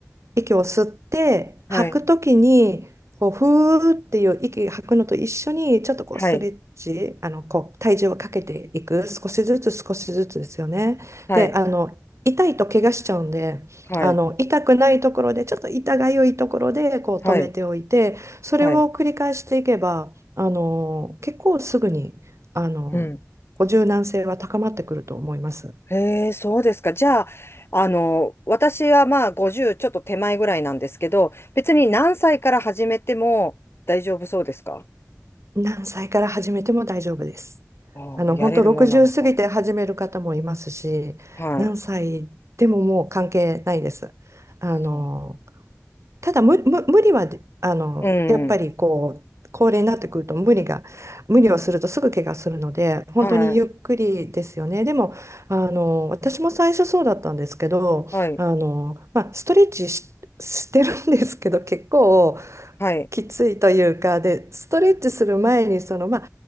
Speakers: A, on the right; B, on the left.
A: 息を吸って吐くときにこうふーっていう息吐くのと一緒にちょっとこうストレッチあのこう体重をかけていく少しずつ少しずつですよね。
B: はい。はい。はい。
A: であの痛いと怪我しちゃうんであの痛くないところでちょっと痛がゆいところでこう止めておいてそれを繰り返していけばあの結構すぐにあのこう柔軟性は高まってくると思います。
B: はい。はい。はい。うん。へえ、そうですか。じゃあ、あの、私はまあ50ちょっと手前ぐらいなんですけど、別に何歳から始めても大丈夫そうですか
A: 何歳から始めても大丈夫です。
B: ああ、
A: あの、
B: やれるもんなのか。
A: 本当60過ぎて始める方もいますし、
B: はい。
A: 何歳でももう関係ないです。あの、
B: そ
A: ただ無、無、無理はで、あの、
B: う。うん。
A: やっぱりこう、高齢になってくると無理が、無理をするとすぐ怪我するので、本当にゆっくりですよね。
B: はい。
A: でも、あの、私も最初そうだったんですけど、
B: はい。
A: あの、まあ、ストレッチし、してるんですけど、結構、
B: はい。
A: きついというかでストレッチする前にそのまあ